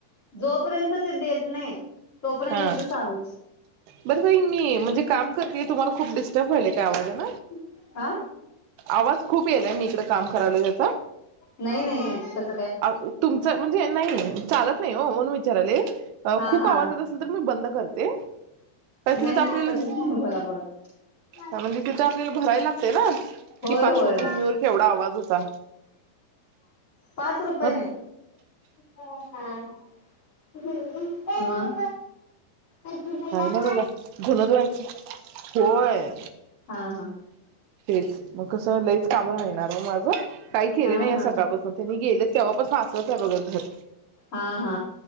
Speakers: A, on the left; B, on the right.
A: जोपर्यंत ते देत नाही तोपर्यंत
B: हा.
A: इज चालूच
B: बरं बाई मी म्हणजे काम करते तुमला खुप डिटर्ब व्हायल का आवाजान?
A: <unintelligible> आ
B: आवाज खूप यायला मी इकडे काम करायलो याचा
A: नाही नाही नाही <unintelligible>
B: अ तुमचं म्हणजे नाही चालत नाही हो म्हणून विचाराले
A: हा
B: खूप
A: हा
B: आवाज येत असेल तर मी बंद करते कारण
A: नाही
B: की तिथं
A: नाही
B: आपल्याला
A: तस बोला बोला
B: म्हणजे तिथं आपल्याला भरायला लागतय ना.
A: होय
B: कि पार्श्वभूमीवर
A: होय
B: केवढा आवाज होता
A: पाच रुपये
B: मग
A: नाही <unintelligible> हा <unintelligible> मग पाच रुपये द्या
B: हे बघा धून धुयायच होय..
A: हा हा
B: तेच मग कसं लईच काम राहणार ओ माझ काही केले
A: हा
B: नाही
A: हा
B: सकाळपासून तेनी गेले तेव्हापासून असच आहे बघ घर
A: हा हा